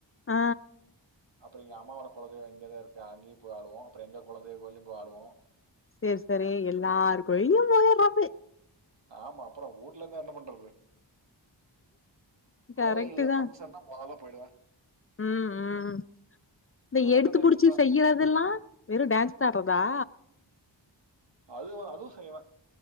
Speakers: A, on the left (about 30°); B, on the right (about 70°).
A: ஆ
B: அப்புறோ எங்க அம்மாவோட குலதெய்வ இங்கதா இருக்கு அங்கயு போய் ஆடுவோ அப்புறோ எங்க குலதெய்வ கோயிலையு போய் ஆவோ
A: சேரி சேரி எல்லாரு கோயிலையு போய்ராது
B: ஆமா அப்புறம் வூட்ல இருந்தா என்ன பண்றது
A: கரெக்ட்டு
B: கோவில்ல
A: தா
B: பங்க்ஷன்ன முதல்ல போய்டுவா
A: ம் ம் இந்த
B: ஒரு
A: எடுத்து
B: என்டர்டைன்மெண்ட்
A: புடிச்சு
B: தான்
A: செய்யறதல்லா வெறு டான்ஸ் காகவா
B: அது அதுவு செய்வே